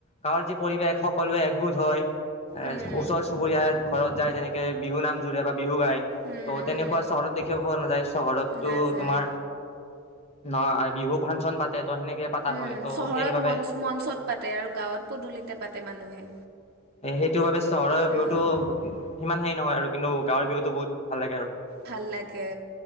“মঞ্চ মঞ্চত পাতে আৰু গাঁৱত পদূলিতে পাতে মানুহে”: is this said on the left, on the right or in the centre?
Right